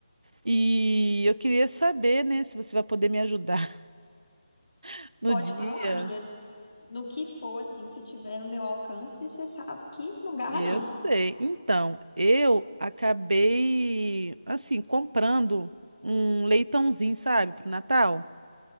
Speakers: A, on the right; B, on the left.
A: e eu queria saber, né, se você vai poder me ajudar <laughs> no
B: Pode
A: dia.
B: falar, amiga, no que for, assim, se tiver no meu alcance, você sabe que não garra,
A: Eu
B: não.
A: sei. Então, eu acabei, assim, comprando um leitãozinho, sabe, pro Natal.